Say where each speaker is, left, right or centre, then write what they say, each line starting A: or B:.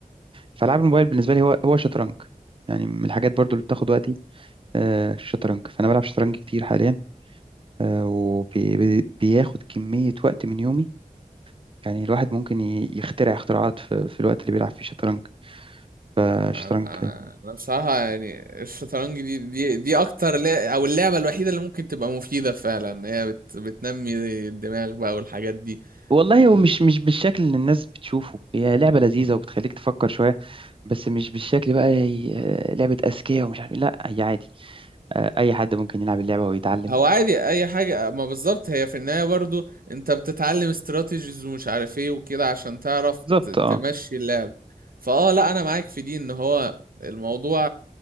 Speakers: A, on the right; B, on the right.
A: فألعاب الموبايل بالنسبة لي هو هو شطرنج يعني من الحاجات برضو اللي بتاخد وقتي أه الشطرنج فأنا بلعب شطرنج كتير حاليا أه وبياخد كمية وقت من يومي يعني الواحد ممكن ي- يخترع اختراعات في, في الوقت اللي بيلعب فيه شطرنج فالشطرنج
B: انا انا بصراحه يعني الشطرنج دي دي دي اكتر لا او اللعبه الوحيده اللي ممكن تبقى مفيده فعلا هي بت بتنمي الدماغ بقى والحاجات دي
A: والله
B: و...
A: هو مش مش بالشكل اللي الناس بتشوفه هي لعبة لذيذة وبتخليك تفكر شوية بس مش بالشكل بقى هي- آه، لعبة أذكياء ومش عارف إيه. لا هي عادي آه، أي حد ممكن يلعب اللعبة ويتعلم
B: هو عادي اي حاجة ما بالظبط هي في النهاية برضو انت بتتعلم استراتيجيز ومش عارف ايه وكده عشان تعرف
A: بالظبط
B: ت- تمشي
A: اه
B: اللعب فاه لا انا معاك في دي ان هو الموضوع